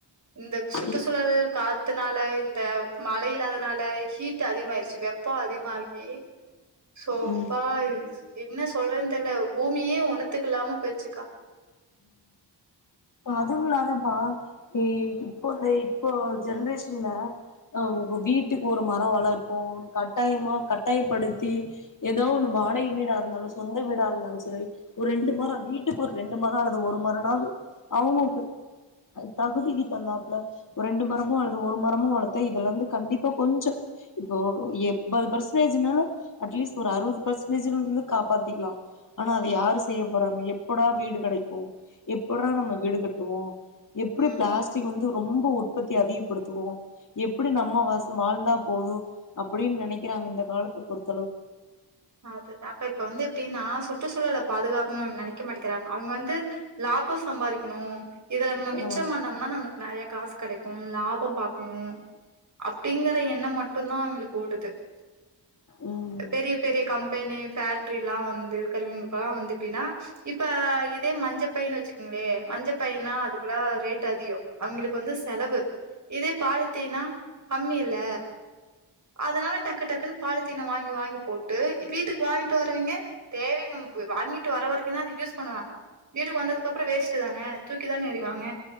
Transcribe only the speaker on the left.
இப்
ம்
அதுவு இல்லாதபா இ இப்போ இந்த இப்போ ஜென்ரேஷின்ல அ வ் வ் வீட்டுக் ஒரு ம ரோ வள்ர்ப்போன் கட்டாயமா கட்டாயப்படுத்தி எதோ ஒன்னு வாடகை வீடா இருந்தாலு சொந்த வீ டா இருந்தாலு செரி ஒரு ரெண்டு மரோ வீட்டுக் ஒர் ரெண்டு மரோ அல்லது ஒரு மரமாவ்து அவுங்குளுக்கு த தகுதிக்கி தகுந்தாப்புல ஒரு ரெண்டு மரமோ அல்லது ஒரு மரமோ வளத்த இதுலந்து கண்டிப்பா கொஞ்சோ இப்போ ஒரு எம்பது பர்ஸ்ன்டேஜுனா அட்லீஸ் ஒரு அறுவது பர்ஸ்ன்டேஜ்லில்ந்து காப்பாத்திக்லா ஆனா அது யாரு செய்ய போறாங்க எப்படா வீடு கெடைக்கு எப்படா நம்ம வீடு கட்டுவோ எப்புடி
பிளாஸ்டிக் வந்து ரொம்போ ஒ உற்பத்தி அதிகப்படுத்துவோ எப்படி நம்ம வாசம் வாழ்ந்தா போது அப்படின் நெனைக்கிறாங் இந்த காலத்த பொறுத்
ஆ
ம்